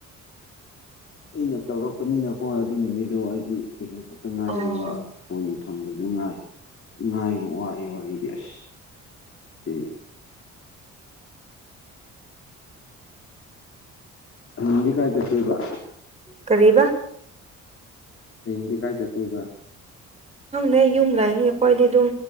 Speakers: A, on the left; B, on the right.
A: ꯑꯩꯅ ꯇꯧꯔꯛꯄꯅꯤꯅꯀꯣ ꯑꯗꯨ ꯅꯨꯃꯤꯠꯇꯣ ꯑꯩꯗꯤ ꯀꯩꯅꯣ ꯈꯛꯇ ꯉꯥꯏꯔꯦꯕ
B: ꯑꯣ
A: ꯐꯣꯟ ꯊꯝꯕꯁꯨ ꯉꯥꯏ ꯉꯥꯏꯕ ꯋꯥꯏꯕ ꯑꯩꯗꯤ ꯑꯁ ꯁꯤ ꯍꯌꯦꯤꯡꯗꯤ ꯀꯥꯏ ꯆꯠꯇꯣꯏꯕ
B: ꯀꯔꯤꯕꯥ
A: ꯍꯌꯦꯡꯗꯤ ꯀꯥꯏ ꯆꯠꯇꯣꯏꯕ
B: ꯈꯪꯗꯦ ꯌꯨꯝ ꯂꯩꯥꯛꯅꯤ ꯑꯩꯣꯏꯗꯤ ꯑꯗꯨꯝ